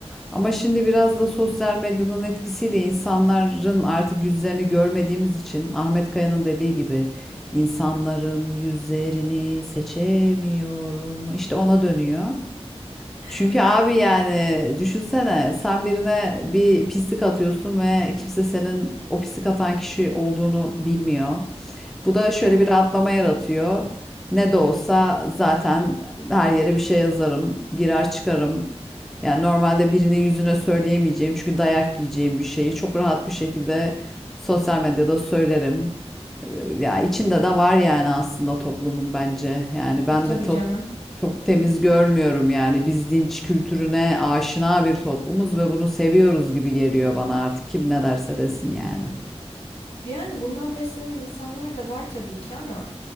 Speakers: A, in the centre; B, on the left (about 75°).
A: Ama şimdi biraz da sosyal medyanın etkisiyle insanların artık yüzlerini görmediğimiz için Ahmet Kaya'nın dediği gibi insanların yüzlerini seçemiyorum. İşte ona dönüyor.
B: Hı.
A: Çünkü abi yani düşünsene sen birine bir pislik atıyorsun ve kimse senin o pislik atan kişi olduğunu bilmiyor. Bu da şöyle
B: Evet.
A: bir rahatlama yaratıyor. Ne de olsa zaten her yere bir şey yazarım, girer çıkarım. Yani normalde birinin yüzüne söyleyemeyeceğim çünkü dayak yiyeceğim bir şeyi çok rahat bir şekilde sosyal medyada söylerim. Ee, Ya içinde de var yani aslında toplumun bence. Yani ben
B: E, tabii
A: de top
B: canım.
A: çok temiz görmüyorum yani. Biz dinç kültürüne aşina bir toplumuz ve bunu seviyoruz gibi geliyor bana artık kim ne derse desin yani.
B: Yani bundan beslenen insanlar da var tabii ki ama